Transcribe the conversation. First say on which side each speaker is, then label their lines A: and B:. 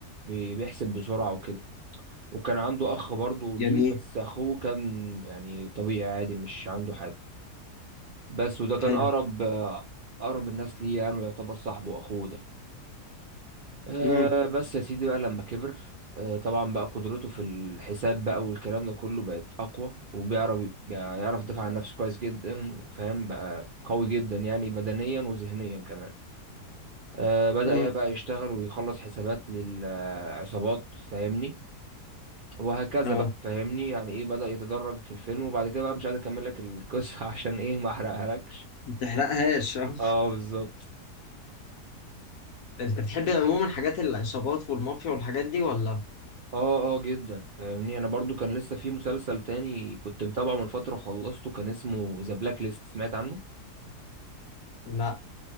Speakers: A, on the right; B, on the left.
A: وبيحسب بسرعة وكده وكان عنده اخ برضه ليه
B: جميل
A: بس اخوه كان يعني طبيعي عادي مش عنده حاجه بس وده كان
B: حلو
A: اقرب آه، اقرب الناس ليه يعني يعتبر صاحبه واخوه ده أه
B: مم.
A: بس يا سيدي بقى لما كبر أه طبعا بقى قدرته في الحساب بقى والكلام ده كله بقت اقوى وبيعرف بيعرف يدافع عن نفسه كويس جدا فاهم بقى قوي جدا يعني بدنيا وذهنيا كمان أه بدأ
B: مم.
A: يا بقى يشتغل ويخلص حسابات للعصابات فاهمني وهكذا
B: اه
A: بقى فاهمني يعني ايه بدأ يتدرج في الفيلم وبعد كده بقى مش قادر اكمل لك القصة <laughs> عشان ايه ما احرقهالكش
B: ما تحرقهاش اه
A: اه بالظبط
B: انت بتحب عموما حاجات العصابات والمافيا والحاجات دي ولا
A: اه اه جدا فاهمني انا برضو كان لسه في مسلسل تاني كنت متابعه من فترة خلصته كان اسمه ذا بلاك ليست سمعت عنه
B: لا